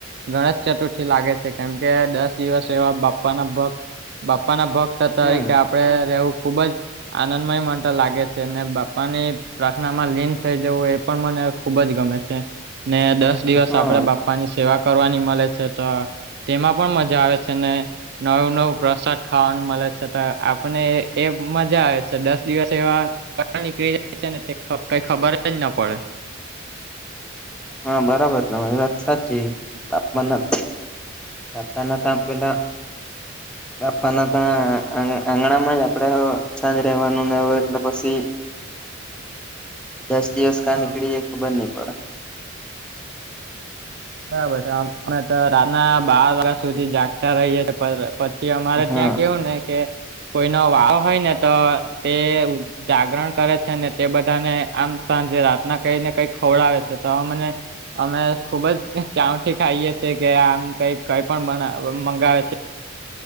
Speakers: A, on the right; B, in the centre.
A: ગણેશ ચતુર્થી લાગે છે કેમ કે દસ દિવસ એવા બાપ્પાના ભગ બાપા ના ભગ તરીકે
B: હમ
A: આપડે રહેવું ખુબ જ આનંદમય મ લાગે છે ને બાપાની પ્રાર્થનામાં લીન થઈ જવું એ પણ મને ખુબ જ ગમે છેને, દસ દિવસ
B: હા
A: આપડે બાપ પ્પા ની સેવા કરવાની મળે છે, તો તેમાં પણ મજા આવે છેને. નવું નવું પ્રસાદ ખાવાનું મળે છે તો આપને એ મજા આવે છે દસ દિવસ એવા નીકળી જાય છે ને કઈ ખબર જ ના પડે
B: હા બરાબર તમારી વાત સાચી બાપમાના તતાના ત આપ પેલા
A: <unintelligible>
B: બાપાના ત આંગણા માં આપડે સાંજ રવાનું નેવું એટલે પછી.
A: <unintelligible>
B: દસ દિવસ કાં
A: હા
B: નીકળી એ ખબર નહી પડે
A: બરાબર રાતના બાર વાગ્યા સુધી જાગતા રહીએ છીએ. પછી અમારે
B: હા
A: ત્યાં કેવું ને કે કોઈનો વાવ હોય ને તો તે જાગરણ કરે છે ને તે બધાને આમ સાંજે રાતના કઈ ને કઈ ખવડાવે છે તો આ મને અમે ખુબ જ ચઉઠ ખાઈએ છેીએ કે આમ કઈ કઈ પણ મંગાવે છે